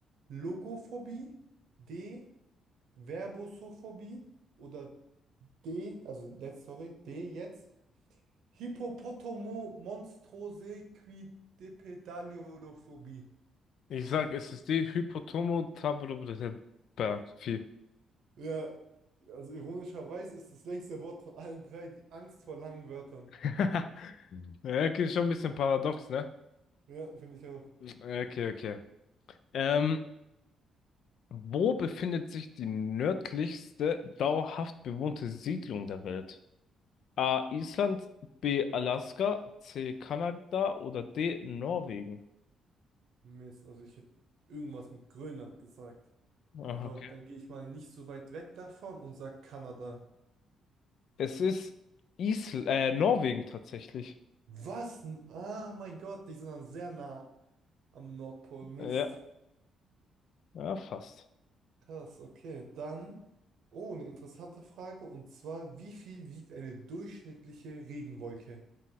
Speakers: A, on the right; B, on the left.
A: Logophobie. D. Verbosophobie. Oder D, also let's, sorry, D jetzt. Hippopotomo monstrose qui depedaliolophobie.
B: Ich sag, es ist die Hypotomo
A: Hm.
B: Tabrobrepapie. Mhm.
A: Ja, also ironischerweise ist das längste Wort von allen drei die Angst vor langen Wörtern.
B: <laughs> Ja, okay, schon ein bisschen paradox, ne?
A: Ja, finde ich auch.
B: Okay, okay. Ähm, Wo befindet sich die nördlichste dauerhaft bewohnte Siedlung der Welt? A. Island, B. Alaska, C. Kanada oder D. Norwegen?
A: Mist, also ich hätte irgendwas mit Grönland gesagt.
B: Ah,
A: Aber
B: okay.
A: dann gehe ich mal nicht so weit weg davon und sage Kanada.
B: Es ist Isl äh, Norwegen tatsächlich.
A: Was? N- Ah, mein Gott, die sind dann sehr nah am Nordpol. Mist.
B: Ja, ja, fast.
A: Krass, okay. Dann, oh, eine interessante Frage. Und zwar, wie viel wiegt eine durchschnittliche Regenwolke?